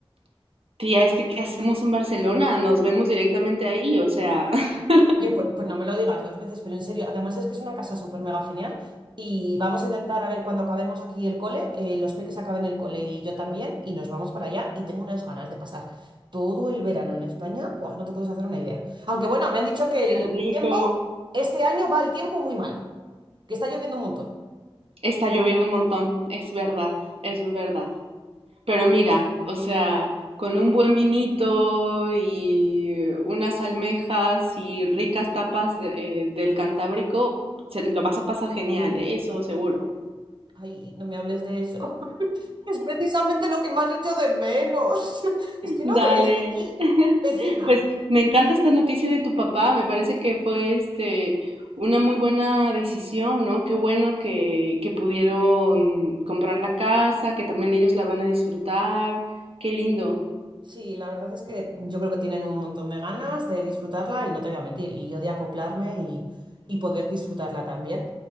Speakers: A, on the right; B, on the right.
A: Tía, es que ¿qué hacemos en Barcelona? Nos vemos directamente ahí, o sea, <laughs>
B: Oye, pues, pues no me lo digas dos veces, pero en serio, además es que es una casa súper mega genial y vamos a intentar a ver cuando acabemos aquí el cole, eh, los peques acaben el cole y yo también y nos vamos para allá y tengo unas ganas de pasar todo el verano en España, Buah, no te puedes hacer una idea. Aunque bueno, me han dicho que
A: qué
B: el
A: rico.
B: tiempo, este año va el tiempo muy mal, que está lloviendo un montón.
A: Está lloviendo un montón, es verdad, es verdad. Pero mira, o sea, con un buen vinito y unas almejas y ricas tapas de- eh, del Cantábrico, se lo vas a pasar genial, ¿eh? Eso seguro.
B: Ay, no me hables de eso. <laughs> Es precisamente lo que más hecho de menos. <laughs> Es que
A: Dale.
B: no ves, aquí,
A: <laughs>
B: encima.
A: Pues me encanta esta noticia de tu papá, me parece que fue este una muy buena decisión, ¿no? Qué bueno que, que pudieron comprar la casa, que también ellos la van a disfrutar. Qué lindo. <laughs>
B: Sí, la verdad es que yo creo que tienen un montón de ganas de disfrutarla y no te voy a mentir, y yo de acoplarme y, y poder disfrutarla también.